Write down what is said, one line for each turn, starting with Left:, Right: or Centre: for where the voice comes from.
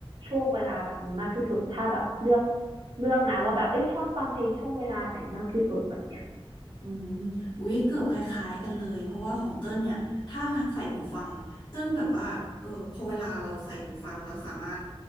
Right: ช่วงเวลาแบบนี้มากที่สุดถ้าแบบเลือกเลือกนะว่าแบบเอ้ยชอบฟังเพลงช่วงเวลาไหนมากที่สุดแบบเนี้ย
Left: อืมอุ๊ยเกือบคล้ายๆกันเลย เพราะว่าของเติ้ลเนี่ยถ้าใส่หูฟัง เติ้ลแบบว่าเออพอเวลาเราใส่หูฟังเราสามารถ